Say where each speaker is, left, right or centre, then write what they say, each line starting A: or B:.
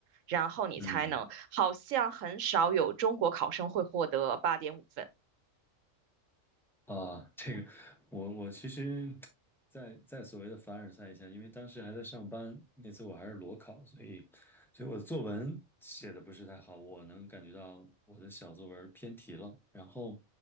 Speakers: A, on the right; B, in the centre.
A: 然后你才能。
B: 嗯，
A: 好像很少有中国考生会获得八点五分
B: 啊，这个我我其实在，在所谓的凡尔赛一下，因为当时还在上班，那次我还是裸考，所以所以我的作文写的不是太好，我能感觉到我的小作文偏题了。然后